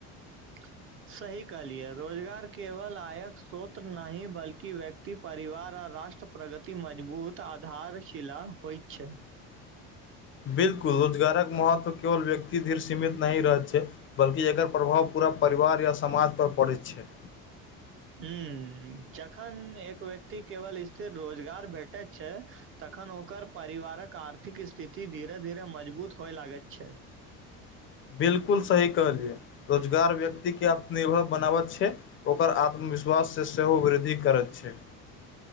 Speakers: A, on the right; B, on the left.
A: आ सही कहलिए रोजगार केवल आयक सोत्र नाहि बल्कि व्यक्ति परिवार आ राष्ट्र प्रगति मजबूत आधारशिला होइ छै
B: बिल्कुल रोजगारक महत्व केवल व्यक्ति धीर सीमित नहि रहै छै बल्कि एकर प्रभाव पूरा परिवार या समाज पर पड़ै छै
A: ह जखन एक व्यक्ति केवल स्थिर रोजगार भेटै छै तखन ओकर परिवारक आर्थिक स्थिति धीरे धीरे मजबूत होए लागैत छै
B: बिलकुल सही कहलियै रोजगार व्यक्ति के आत्मनिर्भर बनाब छै ओकर आत्मविश्वास सँ सेहो वृद्धि करैत छै